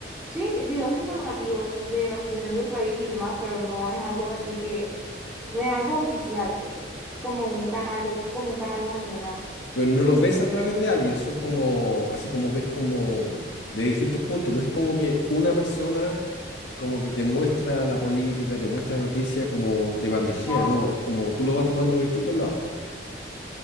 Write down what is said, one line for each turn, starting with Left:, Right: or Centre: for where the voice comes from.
Centre: Sí, que- videos informativos de la situación del país y demás, pero no es algo así que, no es algo oficial, pues, como un canal de, como un canal nacional.
Left: pero no lo ves a través de alguien, son como, así como ves como de distintos puntos, no es como que una persona como que te muestra la política, te muestra la noticia, como te bandejea,
Centre: Ah.
Left: no, es como tú lo vas tomando de distintos lados.